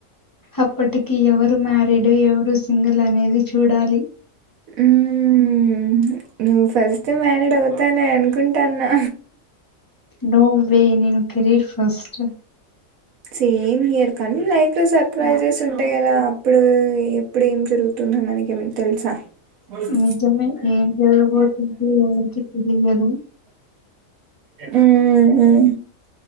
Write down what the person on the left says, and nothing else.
అప్పటికి ఎవరు మ్యారీడ్ ఎవరు సింగిల్ అనేది చూడాలి
నో వ్వే నేను కేరీర్ ఫస్ట్
నిజమే ఏం జరగబోతుందో ఎవరికి తెలియదు